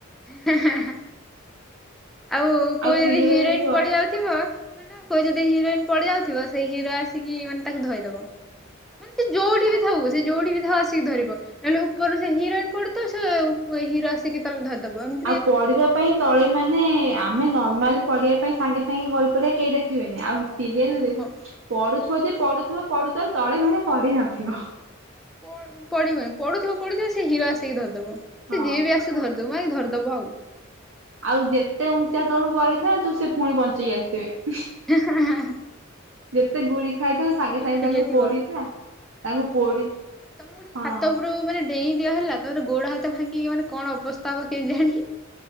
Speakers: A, in the centre; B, on the right.
A: ହାଁ ହାଁ ହାଁ ହାଁ। ଆଉ କୋଉ ଯଦି
B: ସିରିଏଲ
A: ହିରୋଇନ
B: ଦେଖିବ
A: ପଡିଯାଉ
B: ହଁ।
A: ଥିବ ଶୁଣନ କୋଉ ଯଦି ହିରୋଇନ ପଡି ଯାଉଥିବ ସେଇ ହିରୋ ଆସିକି ମାନେ ତାକୁ ଧଇଦବ। ମାନେ ସେ ଯୋଉଠି ବି ଥାଉ ସେ ଯୋଉଠି ବି ଥାଉ ଆସିକି ଧରିବ ନହେଲେ ଉପର ସେ ହିରୋଇନ ପଡୁଥିବ ସେ ଉପ ହିର ଆସ ଆସିକି ତଳେ ଧରିଦବ ଏମ
B: ଆଉ ପଢିବା ପାଇଁ ତଳେ ମାନେ ଆମେ ନର୍ମାଲି ପଡିବା ପାଇଁ ସାଙ୍ଗେ ସାଙ୍ଗେ ଗଳି ପଡିଆ କେହି ଦେଖିବେନି ଆଉ ହିସ୍ ସିରିଏଲରେ
A: ହଁ ହଁ
B: ପଡୁଥୁବ ଯିଏ ପଡୁଥୁବ ପଡୁଥୁବ ଆଉ ତଳେ ମାନେ ପଡିନଥିବ।
A: ପଡ ପଡିବନି ପଡୁଥିବ ପଡୁଥିବ ସେ ହିରୋ ଆସିକି ଧରିଦବ ସେ
B: ହଁ
A: ଯିଏ ବି ଆସ୍ ସିଏ ଧରଦବ ମୁଁ ଆଗେ ଧରଦବ ଆଉ।
B: ଆଉ ଯେତେ ଉଞ୍ଚା ତଳୁ ଗଳିଥାନ୍ତୁ ସିଏ ଫୁଣି ବଞ୍ଚିକି ଆସଥିବେ।
A: ହେଁ ହେଁ ହେଁ ହେଁ।
B: ଯେତେ ଗୁଳି ଖାଇଥାଉ ସାଙ୍ଗେ ସାଙ୍ଗେ
A: ଫାଟି
B: ତାଙ୍କୁ
A: ଯାଇଥିବ
B: ପୋଡିଥା ତାଙ୍କୁ ପୋଡି
A: ତମୁକୁ ଗୋଟେ
B: ହଁ
A: ଛାତ ଉପରୁ ମାନେ ଡେଇଁ ଦିଆହେଲା ତାପର ଗୋଡ ହାତ ଭାଙ୍ଗିକି ମାନେ କଣ ଅବସ୍ତା ହବ କେଜାଣି।